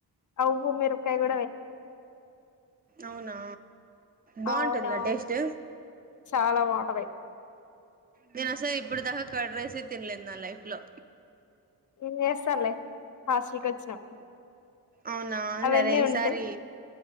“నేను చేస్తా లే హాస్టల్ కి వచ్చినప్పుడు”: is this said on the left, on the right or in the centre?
Left